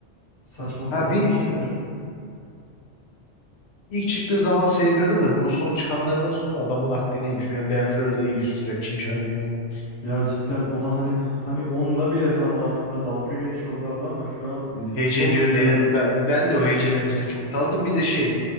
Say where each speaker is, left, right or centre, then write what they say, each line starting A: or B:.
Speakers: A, on the left; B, on the left.
A: Saçma sapan
B: Ha bir
A: bir şeyler.
B: ilk çıktığı zaman sevmiyordum da bu son çıkanlardan sonra adamın aklını yemişim. Ya Ben Fero da iyi bir rapçiymiş harbiden ya.
A: Ya cidden ona hani hani onunla bile zamanında dalga geçiyorlardı ama şu an
B: Heceliyor
A: yok ya.
B: diye ben, ben de o hecelemesi de çok tanıdım. Bir de şey